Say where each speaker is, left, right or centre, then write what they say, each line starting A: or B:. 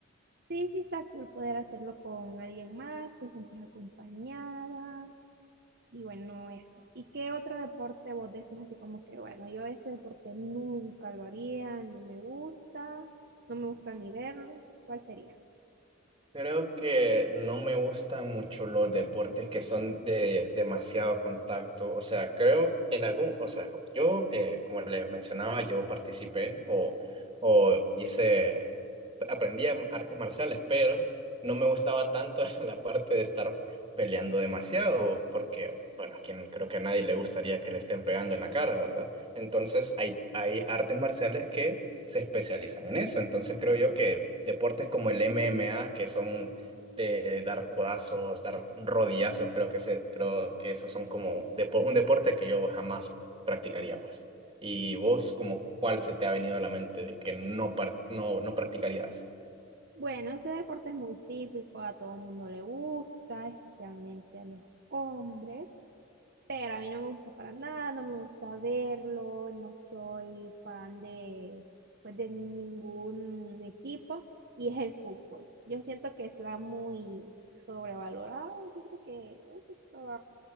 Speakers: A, on the right; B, on the right.
A: Sí, sí está cool poder hacerlo con alguien más, te sentís acompañada. Y bueno, eso. ¿Y qué otro deporte vos decís así como que, bueno, yo este deporte nunca lo haría, no me gusta, no me gusta ni verlo? ¿Cuál sería?
B: Creo que no me gustan mucho los deportes que son de demasiado contacto. O sea, creo en algún, o sea, yo, eh, como le mencionaba, yo participé o, o hice aprendía artes marciales, pero no me gustaba tanto <laughs> la parte de estar peleando demasiado, porque, bueno, a quien creo que a nadie le gustaría que le estén pegando en la cara, ¿verdad? Entonces, hay, hay artes marciales que se especializan en eso. Entonces, creo yo que deportes como el MMA, que son de dar codazos, dar rodillazos, creo que, se, creo que esos son como depo- un deporte que yo jamás practicaría, pues. ¿Y vos, como cuál se te ha venido a la mente de que no, par- no, no practicarías?
A: Bueno, ese deporte es muy típico, a todo mundo le gusta, especialmente a los hombres, pero a mí no me gusta para nada, no me gusta verlo, no soy fan de, pues, de ningún equipo y es el fútbol. Yo siento que está muy sobrevalorado, siento que un poquito